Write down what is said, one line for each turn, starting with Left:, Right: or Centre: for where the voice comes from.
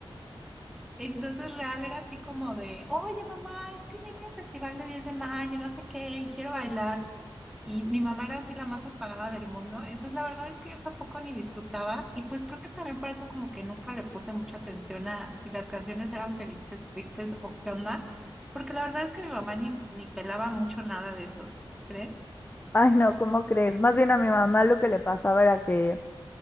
Centre: Entonces real era así como de, oye mamá, es que viene el festival de 10 de mayo, y no sé qué, y quiero bailar. Y mi mamá era así la más apagada del mundo. Entonces la verdad es que yo tampoco ni disfrutaba. Y pues creo que también por eso como que nunca le puse mucha atención a si las canciones eran felices, tristes o qué onda. Porque la verdad es que mi mamá ni, ni pelaba mucho nada de eso, ¿crees?
Left: Ay, no, ¿cómo crees? Más bien a mi mamá lo que le pasaba era que